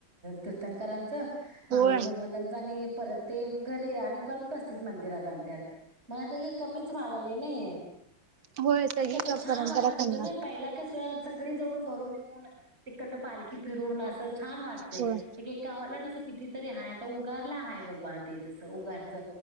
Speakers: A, on the right (about 30°); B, on the right (about 85°).
A: तीर्थंकरांचं. महावीर
B: होय
A: भगवंतांचा आणि परत ते घरी आणि, परत बसतील मंदिरात आणत्यात, मग आता हे कमीच व्हालालय नाही.
B: होय सगळी
A: ते कसं छान
B: परंपरा
A: वाटत होतं
B: कमी
A: नई, पहिला कस, सगळी जाऊन भरून येऊन, तिकंड पालखी फिरून, असं छान वाटतय,
B: होय
A: एक गावाला तस कितीतरी हाय, आता उगारला हाय बघ बाळ ते तसं, उगारच.